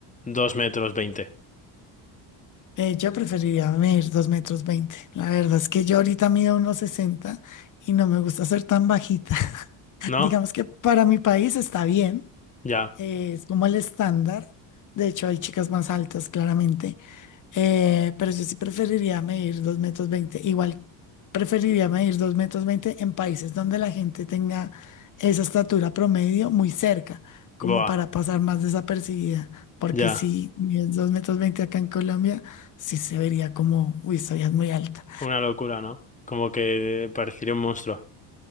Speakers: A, on the left; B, on the left.
A: dos metros veinte?
B: Eh, yo preferiría medir dos metros veinte. La verdad es que yo ahorita mido unos 60 y no me gusta ser tan bajita. <laughs>
A: ¿No?
B: Digamos que para mi país está bien,
A: Ya,
B: eh, es como el estándar. De hecho, hay chicas más altas, claramente Eh, pero yo sí preferiría medir 2 metros veinte Igual preferiría medir 2 metros 20 en países donde la gente tenga esa estatura promedio muy cerca, como
A: boa,
B: para pasar más desapercibida. Porque
A: ya,
B: si mides 2 metros 20 acá en Colombia, sí se vería como, uy, soy es muy alta.
A: una locura, ¿no? Como que parecería un monstruo.